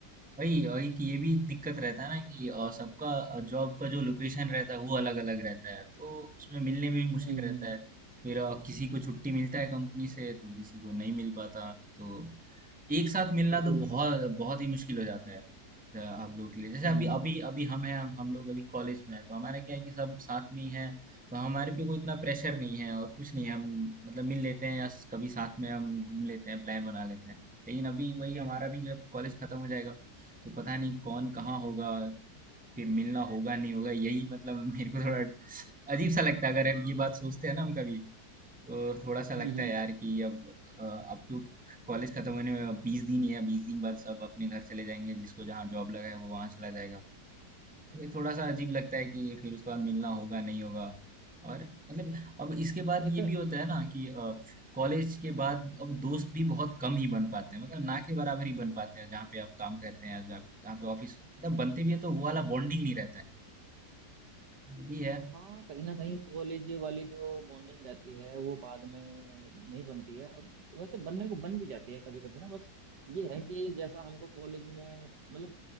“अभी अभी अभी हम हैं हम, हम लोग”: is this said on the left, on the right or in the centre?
Centre